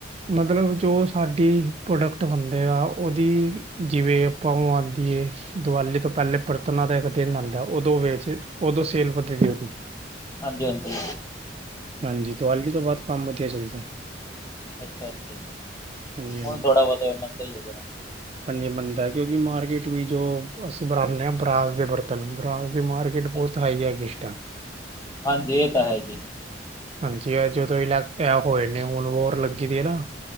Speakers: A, on the right (about 35°); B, on the left (about 20°).
A: ਮਤਲਬ ਜੋ ਸਾਡੀ ਪ੍ਰੋਡਕਟ ਹੁੰਦੇ ਆ। ਉਹਦੀ ਜਿਵੇਂ ਆਪਾਂ ਉਹ ਆਂਦੀ ਏ। ਦੀਵਾਲੀ ਤੋਂ, ਪਹਿਲੇ ਬਰਤਨਾ ਦਾ ਇੱਕ ਦਿਨ ਆਂਦਾ, ਉਦੋਂ ਵੇ ਉਦੋਂ ਸੇਲ ਵਧਦੀ ਉਹਦੀ।
B: ਹਾਂਜੀ-ਹਾਂਜੀ।
A: ਹਾਂਜੀ, ਦਿਵਾਲੀ ਤੋਂ ਬਾਅਦ ਕੰਮ ਵਧੀਆ ਚੱਲਦਾ।
B: ਅੱਛਾ-ਅੱਛਾ ਜੀ,
A: ਹਾਂਜੀ
B: ਹੁਣ ਥੋੜ੍ਹਾ ਬੋਤ ਮੰਨਦਾ ਹੀ ਹੈਗਾ।
A: ਹਜੇ ਮੰਨਦਾ ਕਿਉਂਕਿ ਮਾਰਕੀਟ ਵੀ ਜੋ ਅਸੀਂ ਬਣਾਣੇ, ਆ ਬਰਾਸ ਦੇ ਬਰਤਨ। ਤਨ ਬਰਾਸ ਦੀ ਮਾਰਕੀਟ
B: ਅੱਛਾ
A: ਬੋਤ ਹਾਈ
B: ਜੀ
A: ਐ ਇਸ ਟਾਈਮ
B: ਹਾਂਜੀ, ਇਹ ਤਾਂ ਹੈ ਜੀ।
A: ਹਾਂਜੀ, ਜਦੋਂ ਇਲੈਸ਼ ਹੋਏ ਨੇ ਹੁਣ ਵੋਰ ਲੱਗੀ ਦੀ ਨਾ,